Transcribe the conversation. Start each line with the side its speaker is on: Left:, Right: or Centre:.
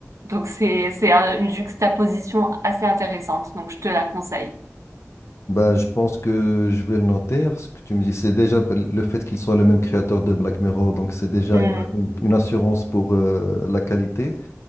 Right: Donc c'est c'est un- une juxtaposition assez intéressante. Donc je te la conseille.
Left: Bah, je pense que je vais le noter. Ce que tu me dis, c'est déjà p- le fait qu'il soit le même créateur de Black Mirror, donc c'est déjà
Right: Hmm,
Left: une, une- une assurance pour euh, la qualité.